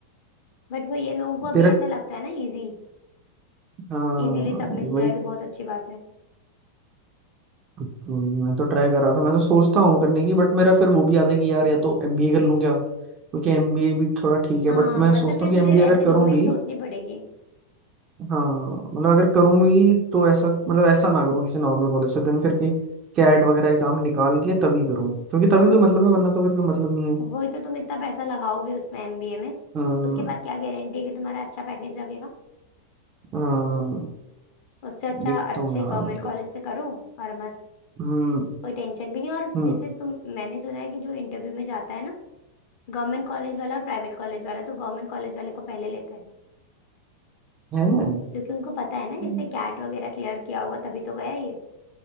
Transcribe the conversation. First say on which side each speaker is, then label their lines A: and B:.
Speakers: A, on the left (about 45°); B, on the right (about 30°).
A: बट वो ये लोगों को अभी
B: तेरा
A: ऐसा लगता है ना इजी
B: हाँ
A: इजीली सब मिल जाए
B: वही
A: तो बहुत अच्छी बात है
B: तो मैं तो ट्राई कर रहा था मैं तो सोचता हूँ करने की बट मेरा फिर वो भी आता है कि यार या तो एमबीए कर लूँ क्या क्योंकि एमबीए भी थोड़ा ठीक है
A: हाँ
B: बट
A: मतलब
B: मैं सोचता
A: फिर
B: हूँ
A: तुझे
B: कि एमबीए
A: ऐसे
B: अगर करूँ
A: डोमेन
B: भी
A: सोचनी पड़ेगी
B: हाँ मतलब अगर करूँ भी तो ऐसा मतलब ऐसा ना करूँ किसी नॉर्मल कॉलेज से देन फिर की कैट वगैरह एग्जाम निकाल के तभी करूँ क्योंकि तभी
A: हाँ
B: कोई मतलब है वरना तो फिर कोई मतलब नहीं है
A: वही तो तुम इतना पैसा लगाओगे उसमें एमबीए में
B: हाँ
A: उसके बाद क्या गारंटी है कि तुम्हारा अच्छा पैकेज लगेगा
B: हाँ,
A: उससे अच्छा
B: देखता
A: अच्छे
B: हूँ यार
A: गवर्नमेंट
B: मतलब
A: कॉलेज से करो और मस्त
B: हम्म
A: कोई टेंशन भी नहीं और
B: हम्म
A: जैसे तुम मैंने सुना है कि जो इंटरव्यू में जाता है ना गवर्नमेंट कॉलेज वाला और प्राइवेट कॉलेज वाला तो गवर्नमेंट कॉलेज वाले को पहले लेते हैं
B: हम्म
A: क्योंकि उनको पता है ना
B: है
A: इसने कैट वगैरह क्लियर किया होगा तभी तो गया ये